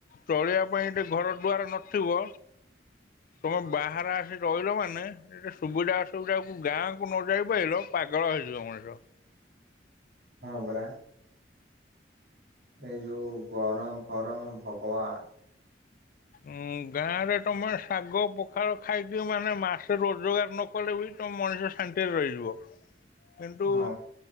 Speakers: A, on the left; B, on the right.
A: ଚଳିବା ପାଇଁ ଏ ଘର ଦୁଆର ନଥିବ ତମେ ବାହାରେ ଆସି ରହିଲ ମାନେ ଏ ସୁବିଧା ଅସୁବିଧାକୁ ଗାଁକୁ ନ ଯାଇ ପାରିଲ ପାଗଳ ହେଇ ଯିବ ମଣିଷ।
B: ହଁ ବରା। ଏଇ ଯୋଉ ଗରମ ଫରମ ଭଗବାନ।
A: ଉଁ ଗାଁ ରେ ତମେ ଶାଗ ପଖାଳ ଖାଇକି ମାନେ ମାସ ରୋଜଗାର ନ କଲେ ବି ତ ମଣିଷ ଶାନ୍ତିରେ ରହିଯିବ। କିନ୍ତୁ
B: ହଁ